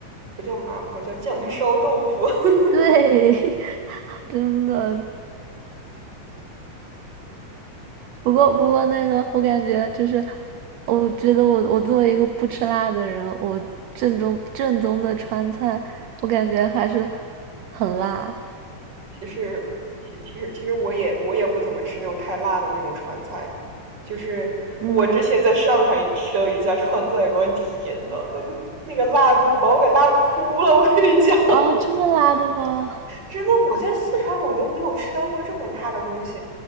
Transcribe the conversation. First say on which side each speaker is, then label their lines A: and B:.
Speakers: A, on the right (about 30°); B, on the right (about 65°).
A: 不叫麻婆，叫酱烧豆腐。<laughs>
B: 对，<laughs> 真的不过，不过那个，我感觉就是，我觉得我我作为一个不吃辣的人，我正宗正宗的川菜，我感觉还是很辣。
A: 其实，其其实其实我也我也不怎么吃那种太辣的那种川菜，就是我之前在上海吃了一家川菜馆，
B: 嗯，
A: 天呐，那个那个辣度把我给辣哭了，我跟你讲，<laughs>
B: 啊，这么辣的吗？
A: 真的，我在四川我都没有吃到过这么辣的东西。